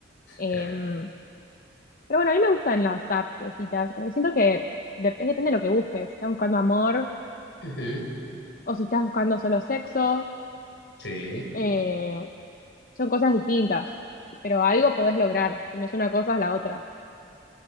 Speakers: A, on the left; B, on the left.
A: Em,
B: claro.
A: pero bueno, a mí me gustan las apps de citas, como que siento que dep- depende de lo que busques. Si estás buscando amor
B: Ujú,
A: o si estás buscando solo sexo.
B: sí,
A: eh, Son cosas distintas, pero algo podés lograr, si no es una cosa es la otra.